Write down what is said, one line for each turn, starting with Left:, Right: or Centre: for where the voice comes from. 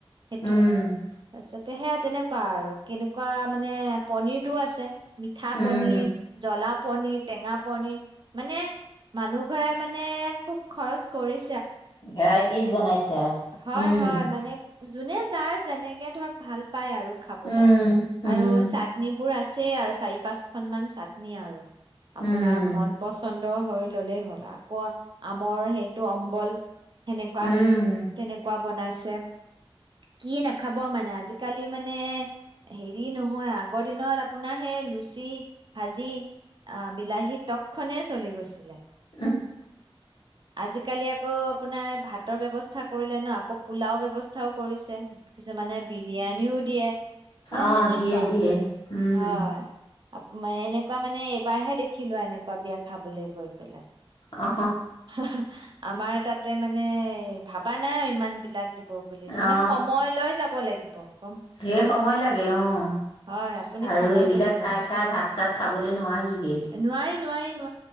Right: সেইটো,
Left: উম
Right: তাৰ পিছতে সেয়া তেনেকুৱা আৰু। কেনেকুৱা মানে পনিৰটো আছে। মিঠা
Left: উম
Right: পনিৰ জ্বলা পনিৰ টেঙা পনিৰ, মানে মানুহ ঘৰে মানে খুব খৰচ কৰি
Left: ভেৰাইটিজ বনাইছে।
Right: হয়
Left: উম
Right: হয় মানে যোনে যাৰ যেনেকে ধৰক ভাল পায় আৰু খাবলে
Left: উম
Right: আৰু চাটনি বোৰ আছে <unintelligible> আৰু চাৰি পাঁচ খন মান চাটনি আৰু। আপোনাৰ
Left: উম
Right: মন পচন্দ হৈ ল'লেই হ'ল আৰু আকৌ আমৰ সেইটো অম্বল সেনেকুৱা।
Left: উম উম
Right: তেনেকুৱা বনাইছে। কি নাখাব মানে আজিকালি মানে, হেৰি নহয় আগৰ দিনত আপোনাৰ সেই লুচি ভাজি আ, বিলাহী টক খনেই চলি গৈছিলে।
Left: উম
Right: আজিকালি আকৌ আপোনাৰ ভাতৰ ব্যৱ স্থা কৰিলে ন' আকৌ পোলাও ব্যৱস্থাও কৰিছে। কিছুমানে বিৰিয়ানিও দিয়ে। এ,
Left: অ
Right: সেনেকুৱা,
Left: দিয়ে দিয়ে উম
Right: হয়। মে এনেকুৱা মানে এবাৰহে দেখিলো এনেকুৱা বিয়া খাবলে গৈ পেলাই।
Left: অ
Right: হা হা। আমাৰ তাতে মানে ভাবা নাই ইমানবিলাক বুলি
Left: অ
Right: তাৰ মানে সময় লৈ যাব লাগিব। <inaudible>
Left: ঢেৰ সময় লাগে অ',
Right: হয়, আপুনি
Left: আৰু
Right: সময়
Left: এইবিলাক
Right: লৈ যাব লাগে।
Left: খাই খাই ভাত চাত খাবলে নোৱাৰিগেই,
Right: নোৱাৰি, নোৱাৰি,